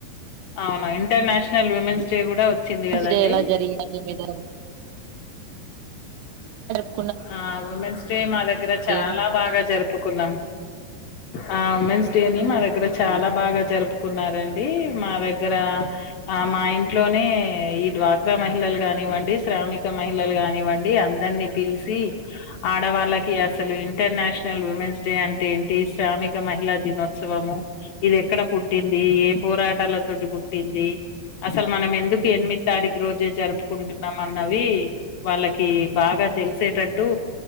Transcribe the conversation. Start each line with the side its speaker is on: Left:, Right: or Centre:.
Left: అవునా ఇంటర్నేషనల్ విమెన్స్ డే కూడా వచ్చింది కదండి
Right: జరి ఎలా <unintelligible>
Left: ఆ ఉమెన్స్ డే మా దగ్గర చాలా
Right: డే ని
Left: బాగా జరుపుకున్నాం ఆ ఉమెన్స్ డేని మా దగ్గర చాలా
Right: ఉమ్
Left: బాగా జరుపు కున్నారండి మా దగ్గర ఆ మా ఇంట్లోనే ఈ డ్వాక్రా మహిళలు గాని వ్వండి శ్రామిక మహిళలు కానివ్వండి అందరినీ పిలిచి ఆడవాళ్ళకి అసలు ఇంటర్నేషనల్ ఉమెన్స్ డే అంటే ఏంటి శ్రామిక మహిళ దినోత్సవము ఇది ఎక్కడ పు పుట్టింది ఏ పోరాటాల
Right: ఉమ్
Left: తోటి పుట్టింది అసలు మనం ఎందుకు ఎనిమిది తారీఖు
Right: ఉమ్
Left: రోజే జరుపు కుంటున్నాం అన్నవి వాళ్ళకి బాగా తెలిసేటట్టు